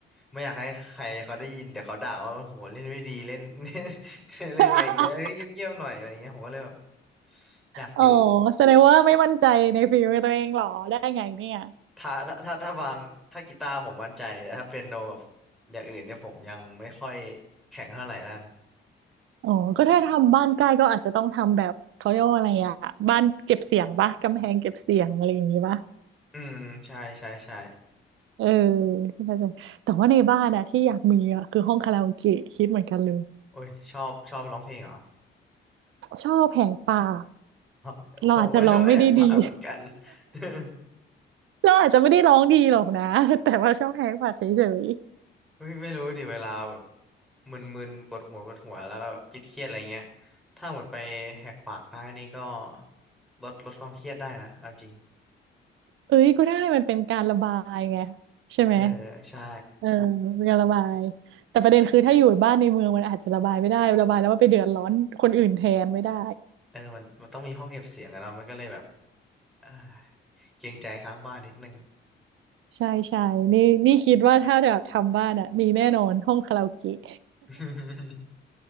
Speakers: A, in the centre; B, on the right.
A: ไม่อยากให้ใครเขาได้ยินแต่เขาด่าว่าโหเล่นไม่ดีเล่น <laughs> เล่นไง่งเงี้ยเอ้ยเงียบๆหน่อยอะไรเงี้ยผมก็เลยแบบ
B: <laughs>
A: อยากอยู่
B: อ๋อแสดงว่าไม่มั่นใจในฝีมือตัวเองเหรอได้ไงเนี่ย
A: ถ้าถ้าถ้าวางถ้ากีตาร์ผมมั่นใจแต่ถ้าเปียโนกับอย่างอื่นเนี่ยผมยังไม่ค่อยแข็งเท่าไหร่ด้าน
B: อ๋อก็ถ้าทำบ้านใกล้ก็อาจจะต้องทำแบบเขาเรียกว่าอะไรอะบ้านเก็บเสียงปะกำแพงเก็บเสียงอะไรอย่างงี้ปะ
A: อืมใช่ใช่ใช่
B: เออเข้าใจแต่ว่าในบ้านอะที่อยากมีอะคือห้องคาราโอเกะคิดเหมือนกันเลย
A: โอ้ยชอบชอบร้องเพลงเหรอ
B: ชอบแหกปาก
A: <laughs>
B: เราอาจจะร้องไม่ได้ดี
A: ผมก็ชอบแอบฟังเหมือนกัน <laughs>
B: <laughs> เราอาจจะไม่ได้ร้องดีหรอกนะ <laughs> แต่ว่าชอบแหกปากเฉย
A: ไม่ไม่รู้ดิเวลาแบบมึนๆปวดหัวปวดหัวแล้วก็แบบคิดเครียดๆอะไรเงี้ยถ้าหมดไปแหกปากได้นี่ก็ลดลดความเครียดได้นะเอาจริง
B: ๆเอ้ยก็ได้มันเป็นการระบายไงใช่ไหม
A: เออใช่
B: เออเป็นการระบายแต่ประเด็นคือถ้าอยู่บ้านในเมืองมันอาจจะระบายไม่ได้ระบายแล้วมันไปเดือดร้อนคนอื่นแทนไม่ได้
A: เออมันมันต้องมีห้องเก็บเสียงอะเนาะมันก็เลยแบบ <sighs> เอ้ยเกรงใจข้างบ้านนิดนึง
B: ใช่ใช่นี่นี่คิดว่าถ้าแบบทำบ้านอ่ะมีแน่นอนห้องคาราโอเกะ
A: <laughs>